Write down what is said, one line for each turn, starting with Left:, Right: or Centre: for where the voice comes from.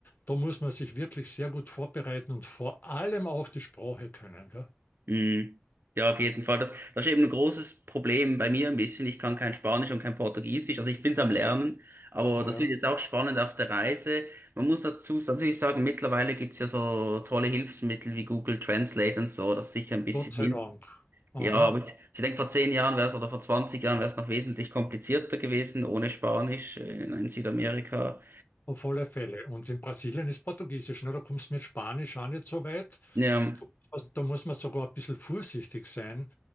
Left: da muss man sich wirklich sehr gut vorbereiten und vor allem auch die Sprache können. Gell?
Right: Mhm. Ja, auf jeden Fall. Das, das ist eben ein großes Problem bei mir ein bisschen. Ich kann kein Spanisch und kein Portugiesisch. Also ich bin's am Lernen, aber
Left: Ja,
Right: das wird jetzt auch spannend auf der Reise. Man muss dazu natürlich sagen, mittlerweile gibt's ja so tolle Hilfsmittel wie Google Translate und so, das sicher ein bisschen
Left: Gott sei
Right: hilft.
Left: Dank. Aha.
Right: Ja, aber ich, ich denke, vor zehn Jahren wäre es oder vor 20 Jahren wäre es noch wesentlich komplizierter gewesen ohne Spanisch äh, in Südamerika.
Left: Auf alle Fälle. Und in Brasilien ist Portugiesisch, ne? Da kommst du mit Spanisch auch nicht so weit.
Right: Ja,
Left: Da, also da muss man sogar ein bisschen vorsichtig sein,